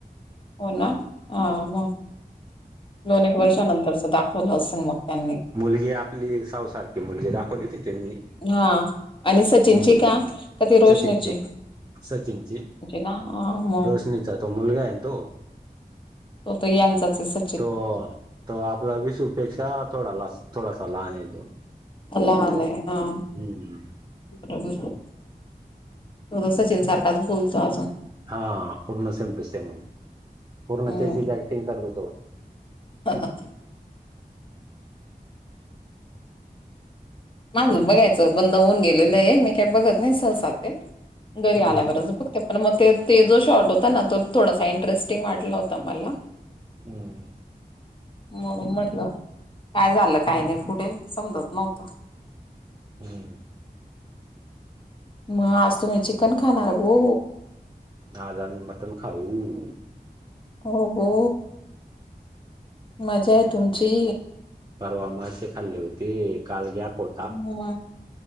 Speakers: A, on the left; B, on the right.
A: हो ना? हं मगं. दोन एक वर्षानंतरच दाखवलं असेल मग त्यांनी.
B: मुलगी आपली सावुसारखी मुलगी दाखवली होती त्यांनी.
A: हा आणि सचिनची
B: हम्म
A: का, का ती रोशनीची?
B: सचिनची सचिनची.
A: ना हां, मग
B: रोशनीचा तो मुलगा आहे ना तो.
A: हो यांचाच हाय स
B: तो त आपला वीसुपेक्षा थोडा ला थोडासा लहान ये तो.
A: लहानए हं.
B: हम्म.
A: <unintelligible> थोडं सचिन सारखाच बोलतो अजून.
B: हा पूर्ण सेम टू सेम. पूर्ण
A: हम्म
B: त्याचीच ऍक्टिंग करतो तो.
A: <unintelligible> माझ बघायचं बंद होऊन गेलेलंए. मी काय बघत नाही सहसाते. घरी
B: हम्म
A: आल्यावरच बघते. पण मग ते ते जो शॉर्ट होता ना तो थोडासा इंटरेस्टिंग वाटला होता मला.
B: हम्म.
A: म्हणुन म्हंटल काय झालं काय नाही पुढे समजत नव्हत.
B: हम्.
A: मग आज तुम्ही चिकन खाणार <unintelligible>
B: आज आम्ही मटन खाऊ.
A: हो. हो. मजायं तुमची.
B: परवा मासे खाल्ले होते. काल गॅप हो
A: हम्.